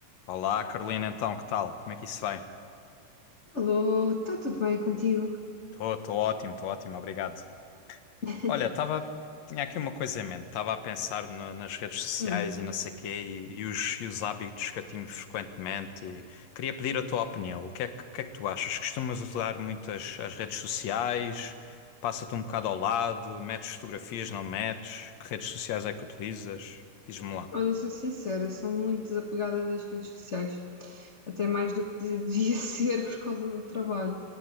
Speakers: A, on the left (about 65°); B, on the left (about 80°).
A: Olá, Carolina, então, que tal? Como é que isso vai?
B: Alô, está tudo bem contigo?
A: Estou estou ótimo, estou ótimo, obrigado.
B: <laughs>
A: Olha, estava, tinha aqui uma coisa em mente, estava a pensar no- nas redes sociais
B: Hum,
A: e não sei quê, e, e os, e os hábitos que eu tenho frequentemente, e queria pedir a tua opinião. O que é que, o que é que tu achas? Costumas utilizar muito as, as redes sociais? Passa-te um bocado ao lado? Metes fotografias, não metes? Que redes sociais é que utilizas? Diz-me lá.
B: olha, sou sincera, sou muito desapegada das redes sociais, até mais do que de- devia <laughs> ser por causa do trabalho.